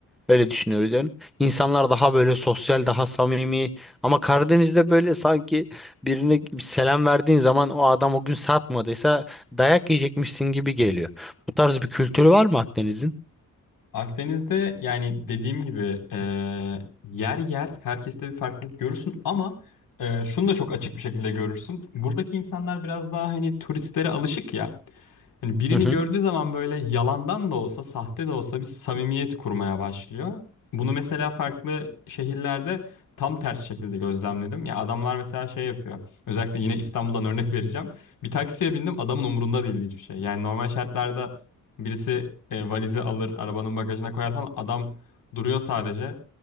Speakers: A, in the centre; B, on the left.
A: Öyle düşünüyoruz yani. İnsanlar daha böyle sosyal, daha samimi. Ama Karadeniz'de böyle sanki birine bir selam verdiğin zaman o adam o gün satmadıysa dayak yiyecekmişsin gibi geliyor. Bu tarz bir kültürü var mı Akdeniz'in?
B: Akdeniz'de yani dediğim gibi e, yer yer herkeste bir farklılık görürsün ama e, şunu da çok açık bir şekilde görürsün. Buradaki insanlar biraz daha hani turistlere alışık ya. Hani birini
A: Hı hı,
B: gördüğü zaman böyle yalandan da olsa, sahte de olsa bir samimiyet kurmaya başlıyor. Bunu mesela farklı şehirlerde tam ters şekilde gözlemledim. Ya adamlar mesela şey yapıyor. Özellikle yine İstanbul'dan örnek vereceğim. Bir taksiye bindim, adamın umurunda değildi hiçbir şey. Yani normal şartlarda birisi e, valizi alır, arabanın bagajına koyar falan. Adam duruyor sadece.